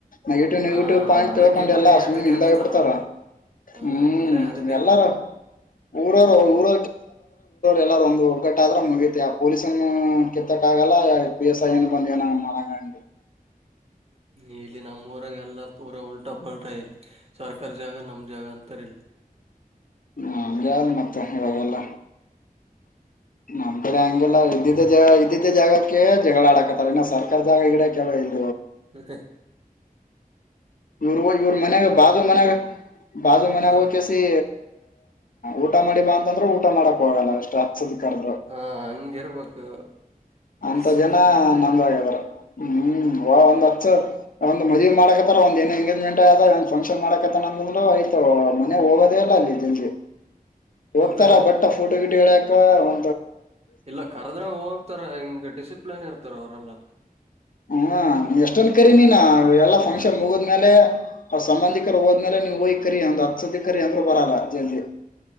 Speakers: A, on the left (about 65°); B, on the right (about 40°).
A: ನೆಗೆಟಿವ್ ನೆಗೆಟಿವ್
B: ಹಾ
A: ಪಾಯಿಂಟ್
B: ಅದಕ್ಕೆ
A: ತಿಳ್ಕೊಂಡು
B: ಬರೀ
A: ಎಲ್ಲಾ ಸ್ಮ್ಮಿ
B: ಅದಕ್ಕೆ
A: ಹಿಂದಾಗಿ
B: ಅನ್ಸತಾರ
A: ಬಿಡ್ತಾರ
B: ನೋಡ ಹ
A: ಹ್ಮ್
B: ಬರೇ ಅದಕ್ಕೆ
A: ಎಲ್ಲಾರ
B: ಅಂಜದ
A: ಊರವರ ಊರ ಎಲ್ಲಾರು ಒಂದು ಒಗ್ಗಟ್ಟ ಆದ್ರೆ ಮುಗುತ್ತ ಪೊಲೀಸ ಕೆಿತ್ತಕ್ಕಾಗಲ್ಲ ಬಿ ಎಸ್ ಐ ಬಂದ ನ ಮಾಡಂಗ <inaudible>
B: ಇಲ್ಲಿ ನಮ್ಮಊಾಗ ಎಲ್ಲಾ ಪೂರ ಉಲ್ಟಾ ಪಲ್ಟಾ ಇಲ್ಲಿ ಸರ್ಕಾರ ಜಾಗ ನಮ್ ಜಾಗ ತ್ತರ
A: ಹ ಯ್ದ್ ಮತ್ತೆ ಇವಾಗೆಲ್ಲ ನಮ್ ಕಡೆ ಹಂಗೆಲ್ಲ ಇದಿದ್ದ ಇದಿದ್ದ ಜಾಗಕ್ಕೆ ಜಗಳ ಆಡಾಕತ್ತಾರ ಇನ್ನ ಸರ್ಕಾರಾರಿ ಜಾಗ ಈಗಡ ಕೆ ಇಲ್ಲ
B: ಹ್ಮ
A: ಇವ ಇವ್ರ ಮನೆಾಗ ಬಾಜೂ ಮನೆಾಗ ಬಾಜೂ ಮನೆ
B: ಹ
A: ಕೆಸಿ ಊಟ ಮಾಡಿ ಬಾ ಅಂತಂದ್ರೆ ಊಟ ಮಾಡಕ್ ಹೋಗಲ್ಲ ಇಷ್ಟ ಸದಾರರು
B: ಹ ಹಂಗಿರ್ಬೇಕು
A: ಅಂತ
B: ಡಿಸಿಪ್ಲನ್
A: ಜನ
B: ಅಂತೆ
A: ನಂದಾಗದಾರ ಹ್ಮ್ ವ ಒಂದ್ ಹಚ್ಚ ಒಂದ್ ಮದವಿೆ ಮಾಡಕ ರ ಒಂದ್ ಏನ್ ಎಂಗೇಜ್ಮೆಂಟ್ ಆದ ಫಂಕ್ಷನ್ ಮಾಡಕತ್ತಾನ ಅಂದ್ರೆ ಆಯ್ತ ಮನೆ ಹೋಗದೇಲ್ಲ ಅಲ್ಲಿ ಜಜಿ ಹೋಗ್ತಾರ
B: ಅದೇ
A: ಬಟ್ಟ ಫೋಟೋ ಗಿಡ್ ಹೇಳ್ಯಕ ಒ
B: ಇಲ್ಲ ಕರ್ದ್ರ ಹೋಗ್ತಾರ ಹಿಂಗ್ ಡಿಸಿಪ್ಲಿನ್ ಇರ್ತಾರ ಅವರೆಲ್ಲ
A: ಹ್ಮ ಎಷ್ಟೊನ್ ಕರಿ ನೀನ್ ಎಲ್ಲಾ ಫಂಕ್ಷನ್
B: ಹ್ಮ್
A: ಮುಗದ್್ಮೇಲೆ ಅವ್ರ ಸಂಬಂಧಿಕರು ಹದ ಆ್ಮೇಲೆ ನೀವು ಹೋಗಯ ಕರಿ ಒಂದ್ ಹತ್ ಸದ ಕರಿ ಅಂದ್ರು ಬರಲ್ಲ ಜಲ್ದಿ